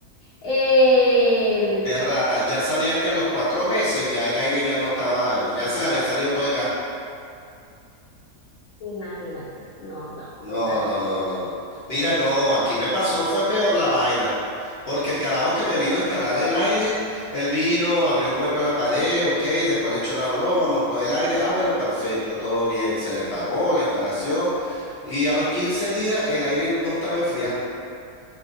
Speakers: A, on the left; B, on the left.
A: eh,
B: de rata. Ya sabía que a los cuatro meses ya el aire ya no estaba, ya se le había salido todo el gas.
A: imagínate, no, no,
B: No,
A: total,
B: no, no, no. Mira, no, aquí me pasó, fue peor la vaina. Porque el carajo que me vino a instalar el aire, él vino, abrió un hueco en la pared, ok, después le echó la broma, montó el aire. Ah, bueno, perfecto, todo bien, se le pagó la instalación. Y a los 15 días el aire no estaba enfriando.